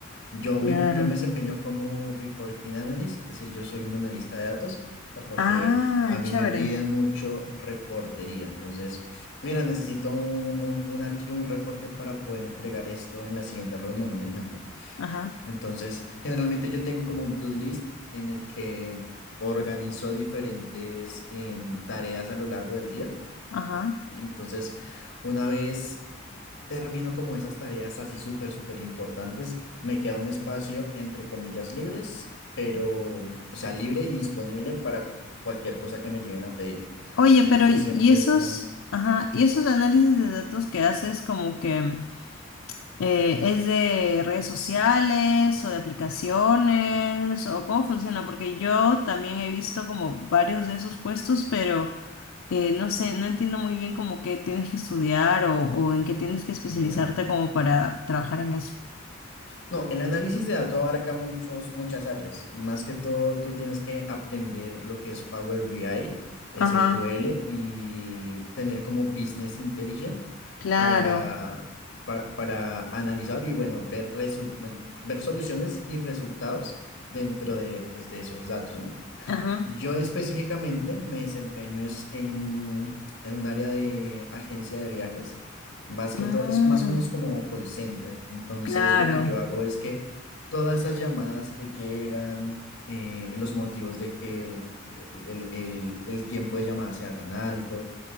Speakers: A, on the left; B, on the left.
A: Yo
B: Claro.
A: me, yo me desempeño como reporting analyst, es decir, yo soy un analista de datos, por lo
B: Ah,
A: que a mí
B: chévere.
A: me piden mucho reportería. Entonces, mira, necesito un, un, un archivo, un reporte para poder entregar esto en la siguiente reunión, un ejemplo.
B: Ajá,
A: Entonces, generalmente yo tengo como un to-do list en el que organizo diferentes em, tareas a lo largo del día
B: ajá.
A: entonces, una vez termino como esas tareas así súper, súper importantes, me queda un espacio entre comillas libres, pero, o sea, libre y disponible para cualquier cosa que me lleguen a pedir.
B: Oye,
A: Entonces,
B: pero ¿y
A: siempre
B: esos,
A: es como,
B: ajá, y esos análisis de datos que haces como que... Eh, ¿es de redes sociales o de aplicaciones o cómo funciona? Porque yo también he visto como varios de esos puestos, pero eh, no sé, no entiendo muy bien como qué tienes que estudiar o, o en qué tienes que especializarte
A: ya.
B: como para trabajar en eso.
A: No, el análisis de datos abarca muchos, muchas áreas. Más que todo, tú tienes que aprender lo que es Power BI, SQL
B: Ajá,
A: y tener como Business Intelligence
B: claro.
A: para, para, para analizar y bueno, ver resul- bueno, ver soluciones y resultados dentro de, pues, de esos datos, ¿no?
B: Ajá.
A: Yo específicamente me desempeño es en, en un área de agencia de viajes, más que
B: Mm,
A: todo, es más o menos como call center. Entonces,
B: claro.
A: lo que yo hago es que todas esas llamadas que llegan, eh, los motivos de que el, el el- el- el tiempo de llamada sea tan alto,